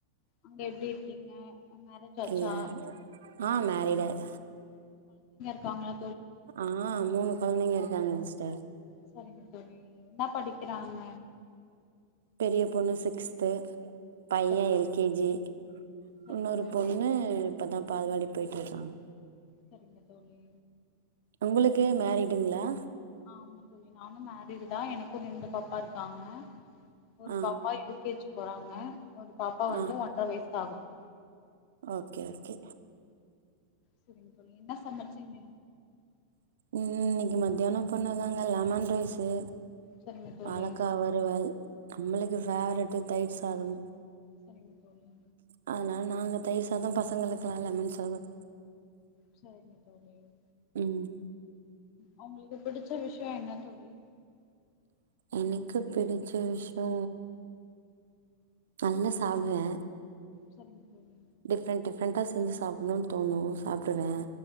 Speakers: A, on the left; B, on the right.
A: அங்க எப்பிடி இருக்கீங்க மேரேஜ் ஆச்சா
B: இல்ல ஆ மேரிடு ஆயி
A: க்காங்களா
B: ஆ மூணு கொழந்தைங்க இருக் இருக்காங்க சிஸ்டர்
A: சரிங்க தோழி என்ன படிக்கிறாங்க
B: பெரிய பொண்ணு சிக்ஸ்து பையன்
A: சரிங்க
B: எல் கே ஜி
A: சரிங்க
B: இன்னொரு
A: தோழி.
B: பொண்ணு இப்பதான் பால்வாடி போயிட்டிருக்கான்
A: சரிங்க தோழி
B: உங்களுக்கு மேரிடுங்களா
A: ஆமா தோழி நானும் மேரிடு தான் எனக்கும் ரெண்டு பாப்பா இருக்காங்க ஒரு
B: ஆ
A: பாப்பா எல் கே ஜி போறாங்க ஒரு பாப்பா வந்து
B: ஆ
A: ஒன்ற வயசு ஆகுது
B: ஓகே ஓகே
A: செரிங்க தோழி என்ன சமைச்சீங்க
B: ம் இன்னிக்கு மத்தியானம் பண்ணதாங்க லமன் ரைஸ்சு
A: சரிங்க தோழி
B: வாழக்கா வறுவல் நம்முளுக்கு
A: சரிங்க
B: ஃபேவரிட் தயிர் சாதம்
A: சரிங்க தோழி
B: அதனால நாங்க தயிர் சாதம் பசங்களுக்குல்லா லமண் சாதம்
A: சரிங்க ம்
B: ம்
A: அவுங்களுக்கு பிடிச்ச விஷய என்ன தோழி
B: எனக்கு பிடிச்ச விஷயோ நல்லா சாப்புடுவ
A: சரிங்க தோழி
B: டிஃப்ரென்ட் டிஃப்ரெண்டா செஞ்சு சாப்டணு தோணு சாப்டுவ